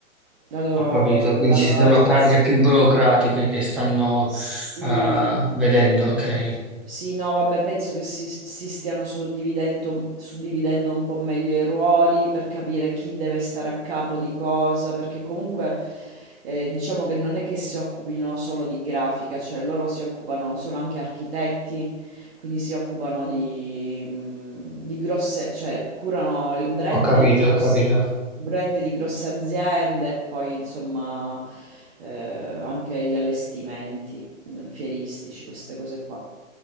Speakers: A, on the right; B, in the centre.
A: la loro,
B: ho capito, quindi
A: la
B: ci
A: loro
B: sono
A: agenzia.
B: pratiche più burocratiche che stanno
A: Sì,
B: ah, vedendo, ok,
A: Sì, no, vabbè, penso che si, si stiano suddividendo, suddividendo un po' meglio i ruoli per capire chi deve stare a capo di cosa, perché comunque eh, diciamo che non è che si occupino solo di grafica, cioè loro si occupano, sono anche architetti, quindi si occupano di, mh, di grosse, cioè curano il brand
B: ho capito,
A: delle grosse,
B: ho capito.
A: brand di grosse aziende e poi insomma eh, anche gli allestimenti eh, fieristici, queste cose qua.